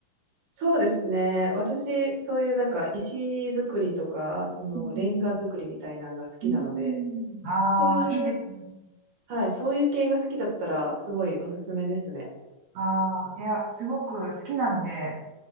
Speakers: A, on the right; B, on the right.
A: そうですね。私、そういうなんか石造りとか、そのレンガ造りみたいなのが好きなので、
B: うんうんうんああー、
A: そういう、
B: いいですね。
A: はい、そういう系が好きだったら、すごいおすすめですね。
B: ああー、いや、すごく好きなんで、